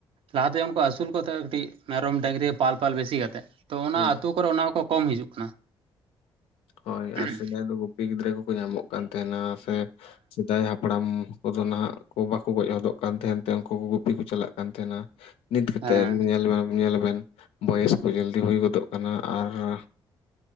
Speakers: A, on the right (about 70°); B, on the left (about 90°).
A: ᱞᱟᱦᱟ ᱛᱟᱭᱚᱢ ᱠᱚ ᱟᱹᱥᱩᱞ ᱠᱚ ᱛᱟᱦᱮᱸ ᱠᱟᱹᱴᱤᱡ ᱢᱮᱨᱚᱢ, ᱰᱟᱹᱝᱜᱽᱨᱤ ᱯᱟᱞᱯᱟᱞ ᱵᱮᱥᱤ ᱠᱟ ᱠᱟᱛᱮᱜ, ᱛᱚ ᱚᱱᱟ
B: ᱦᱩᱸ
A: ᱟᱹᱛᱩ ᱠᱚᱨᱮ ᱚᱱᱟ ᱦᱚᱸᱠᱚ ᱠᱚᱢ ᱦᱤᱡᱩᱜ ᱠᱟᱱᱟ᱾
B: ᱦᱳᱭ
A: ᱦᱮᱸ
B: ᱟᱨ ᱥᱮᱫᱟᱭ ᱫᱚ ᱜᱩᱯᱤ ᱜᱤᱫᱽᱨᱟᱹ ᱠᱚᱠᱚ ᱧᱟᱢᱚᱜ ᱠᱟᱱ ᱛᱟᱦᱮᱸᱱᱟ ᱥᱮ ᱥᱮᱫᱟᱭ ᱦᱟᱯᱲᱟᱢ ᱠᱚᱫᱚ ᱱᱟᱦᱟᱸᱜ ᱠᱚ ᱵᱟᱠᱚ ᱜᱚᱡ ᱦᱚᱫᱚᱜ ᱠᱟᱱ ᱛᱟᱦᱮᱸᱱ ᱛᱮ ᱩᱱᱠᱩ ᱠᱚ ᱜᱩᱯᱤ ᱠᱚ ᱪᱟᱞᱟᱜ ᱠᱟᱱ ᱛᱟᱦᱮᱸᱱᱟ᱾ ᱱᱤᱛ ᱠᱟᱛᱮ
A: ᱦᱮᱸ
B: ᱧᱮᱞ ᱢᱮ ᱟᱢ ᱧᱮᱞᱵᱮᱱ ᱵᱚᱭᱮᱥ ᱠᱚ ᱡᱟᱹᱞᱫᱤ ᱦᱩᱭ ᱜᱚᱫᱚᱜ ᱠᱟᱱᱟ, ᱟᱨ